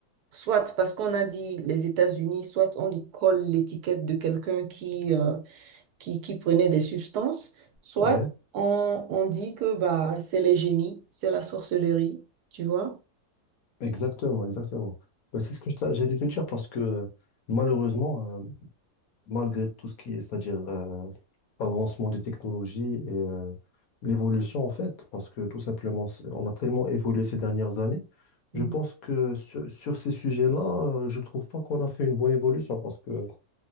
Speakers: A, on the right; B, on the left.
A: soit parce qu'on a dit les États-Unis, soit on lui colle l'étiquette de quelqu'un qui, euh, qui, qui prenaient des substances, soit
B: Ouais,
A: on, on dit que bah, c'est les génies, c'est la sorcellerie, tu vois.
B: exactement, exactement. Bah, c'est ce que je t'a- j'allais te dire parce que euh, malheureusement, euh, malgré tout ce qui est, c'est-à-dire euh, avancement des technologies et euh, l'évolution en fait, parce que tout simplement, c'est- on a tellement évolué ces dernières années.
A: Mhm,
B: Je pense que sur, sur ces sujets-là, euh, je trouve pas qu'on a fait une bonne évolution parce que,